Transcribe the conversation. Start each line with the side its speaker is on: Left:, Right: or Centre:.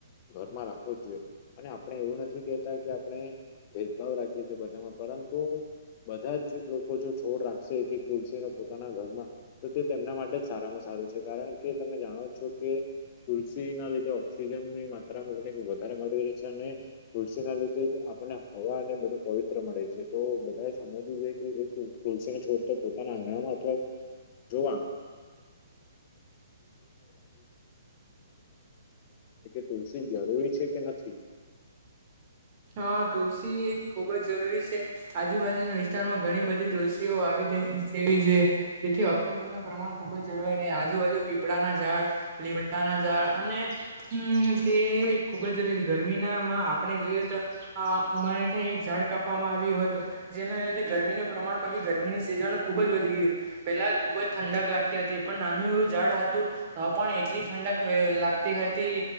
Left: ઘરમાં રાખવુ જ જોઈએ અને આપણે એવું નથી કેહેતા કે આપણે ભેદભાવ રાખીએ છીએ બધામાં પરંતુ તો બધા જ લોકો જો છોડ રાખશે એક એક તુલસીનો પોતાના ઘરમાં તો તે તેમના માટે સારામાં સારું છે કારણ કે તમે જાણો છો કે તુલસી ના લીધે ઓક્સિજન ની વધારે મળી રહે છે અને તુલસી ના લીધે જ આપણે હવાને બધું પવિત્ર મળે છે તો બધાએ સમજવું જોઈ કે એક તુલસીને છોડતો પોતાના આંગણામાં અથવા જો તુલસી જરૂરી છે કે નથી?
Right: હા તુલસી ખુબ જ જરૂરી છે. આજુબાજુના વિસ્તારમાં ઘણી બધી તુલસીઓ વાવી છે તેથી ઓક્સિજન નું પ્રમાણ ખુબ જ જળવાય રહે આજુબાજુ પીપળાના ઝાડ લીમડા ના ઝાળ અને તે ખુબ જ ર ગરમીનામાં આપણે જોઈએ તો આ અમારે ત્યાં એક ઝાડ કાપવામાં આવ્યું હતું જેના લીધે ગરમીનું પ્રમાણ પછી ગરમીની સીઝન ખુબ જ વધી ગયું પેલા ખુબ જ ઠંડક લાગતી હતી પણ નાનું એવું ઝાળ હતું તો પણ એટલી ઠંડક લાગતી હતી